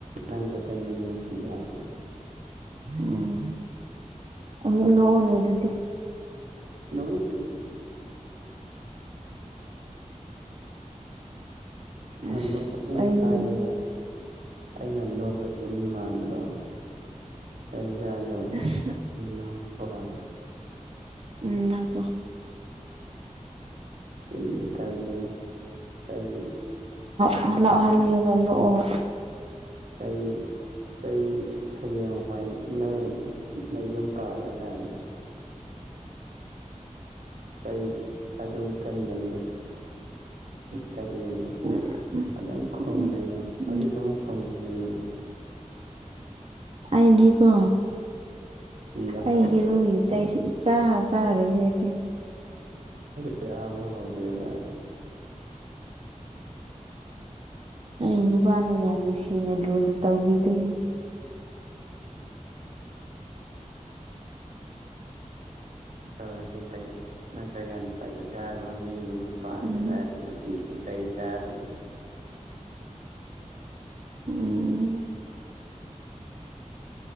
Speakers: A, on the right; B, on the right.
A: ꯅꯪ ꯈꯛꯇꯅꯤ ꯅꯨꯡꯁꯤ ꯍꯥꯏꯕꯅ
B: ꯎꯝ ꯑꯃꯨꯛ ꯅꯣꯛꯑꯣꯅꯦ ꯑꯗꯨꯗꯤ
A: <unintelligible> <unintelligible> <unintelligible> <unintelligible> ꯅꯪꯅ
B: ꯑꯁ
A: ꯅꯣꯛꯎ
B: ꯑꯩ
A: ꯍꯥꯏꯔꯒ ꯑꯩꯅ ꯅꯣꯛꯒꯗꯕ ꯃꯤ ꯃꯥꯟꯕ꯭ꯔꯣ ꯆꯩ ꯌꯥꯒꯦ
B: ꯑꯁ
A: ꯅꯄꯔꯥ
B: ꯎꯝꯄꯣ
A: ꯁꯤꯗꯤ ꯈꯂ ꯆꯍꯤ
B: ꯍꯅ ꯍꯟꯒꯦ ꯨꯑꯣ
A: ꯑꯩꯥꯏ ꯆꯩ ꯍꯌꯦꯡ ꯋꯥꯏ ꯅꯣꯏꯗ ꯌꯨꯝ ꯄꯥꯜꯂꯀꯥꯟꯗ ꯆꯩ ꯑꯗꯨꯝ ꯀꯟꯒꯅꯤ ꯀꯜꯂꯤꯕ
B: ꯎꯝ
A: ꯑꯗꯨꯝ ꯈꯣꯝꯃꯦꯕ
B: ꯎꯝ
A: ꯍꯧꯖꯤꯛꯁꯨ ꯑꯃꯨꯛ ꯈꯣ ꯃꯟ <inaudible>
B: ꯑꯗꯤꯀꯣ
A: ꯁꯤ ꯑꯃꯨꯛ
B: ꯑꯩ ꯍꯔꯣꯏꯒꯤ ꯆꯩꯁꯤ ꯆ ꯆꯥꯔꯣꯏ ꯍꯥꯏꯗꯤ
A: ꯀꯌꯥ ꯑꯃꯨꯍꯒꯦꯅ
B: ꯑꯩ ꯅꯨꯄꯥꯅ ꯌꯥꯝ ꯅꯨꯡꯁꯤꯅ ꯂꯨꯅ ꯇꯧꯕꯤꯗꯣꯏꯅꯦ
A: ꯇꯧꯔꯗꯤ ꯐꯩ ꯅꯠꯇ꯭ꯔꯒꯅ ꯐ ꯆꯥꯕ ꯃꯤ ꯌꯨꯝ ꯄꯥꯟꯁꯤ
B: ꯎꯝ
A: ꯂꯔꯗꯤ ꯅꯨꯡꯇꯤ ꯁꯍꯤ ꯁꯥꯗ
B: ꯎꯝ